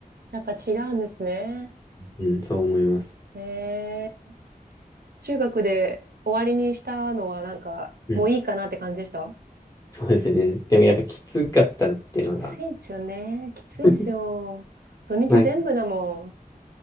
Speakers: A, on the right (about 80°); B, on the left (about 20°).
A: やっぱ違うんですね。
B: うん、そう思います。
A: へえ。中学で終わりにしたのはなんか、
B: うん
A: もういいかなって感じでした
B: そうですね。でもやっぱきつかったっていうのが、
A: きついんですよね。きついっすよ。
B: <laughs>
A: 土日全部だも
B: まあ、